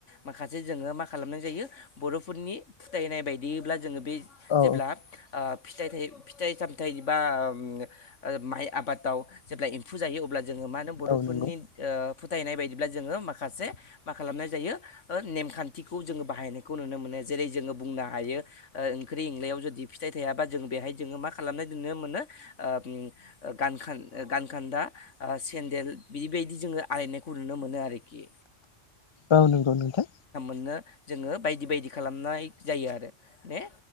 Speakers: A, on the left; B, on the left.
A: माखासे जोङो मा खालामनाय जायो बर'फोरनि फोथायनाय बायदिब्ला जोङो बे
B: औ
A: जेब्ला ओ फिथाइ थायो फिथाइ सामथाइ बा ओम ओ माइ आबादाव जेब्ला एम्फौ जायो अब्ला जोङो मा होनो बर'फोरनि
B: औ नंगौ
A: ओ फोथायनाय बायदिब्ला जोङो माखासे मा खालामनाय जायो ओ नेमखान न्थिखौ जोङो बाहायनायखौ नुनो मोनो जेरै जोङो बुंनो हायो ओ ओंख्रि एंलायाव जुदि फिथाइ थायाबा जों बेहाय जोङो मा खालामनाय नुनो मोनो ओ गानखान गानखान्दा ओ सेन्देल बिदिबायदि जोङो आलायनायखौ नुनो मोनो आरोखि।
B: औ नंगौ नोंथां।
A: नो जोङो बायदि बायदि खालामनाय जायो आरो ने